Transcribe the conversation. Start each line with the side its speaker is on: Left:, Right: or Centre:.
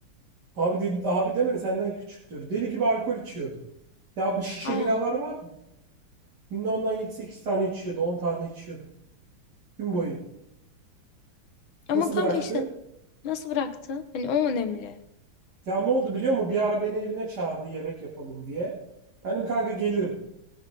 Right: Abi de, abi deme senden küçüktür. Deli gibi alkol içiyordu. Ya bir şişe
Left: Aa,
Right: biralar var. ya, Günde ondan yedi sekiz tane içiyordu. 10 tane içiyordu. Gün boyu.
Left: ama
Right: Nasıl
Left: kanka
Right: bıraktı?
Left: işte nasıl bıraktı? Hani o önemli.
Right: Ya ne oldu biliyor musun? Bir ara beni evine çağırdı yemek yapalım diye. Benim kanka gelirim.